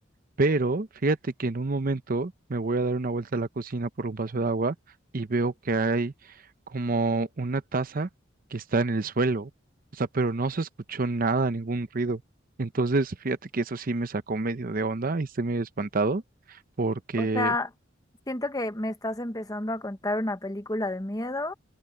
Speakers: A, on the right; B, on the left.
A: Pero fíjate que en un momento me voy a dar una vuelta a la cocina por un vaso de agua y veo que hay como una taza que está en el suelo. O sea, pero no se escuchó nada, ningún ruido. Entonces, fíjate que eso sí me sacó medio de onda y estoy medio espantado porque
B: O sea, siento que me estás empezando a contar una película de miedo.